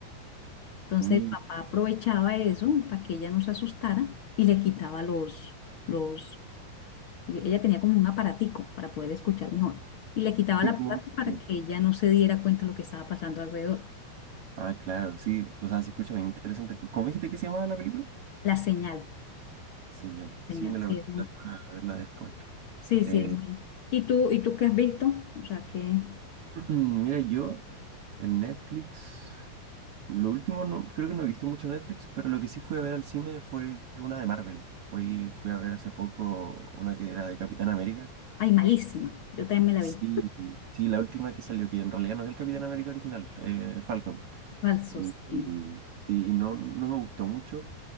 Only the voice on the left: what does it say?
Entonces
el papá aprovechaba eso para que ella no se asustara y le quitaba los, los, y ella tenía como un aparatico para poder escuchar mejor. Y le quitaba
el aparato
para
que ella no se diera cuenta de lo que estaba pasando alrededor.
La señal,
la señal,
sí,
es
muy,
sí, sí,
es muy. ¿Y tú, y tú qué has visto? O sea que,
ay, malísima. Yo también me la
vi.
Falsos,
sí,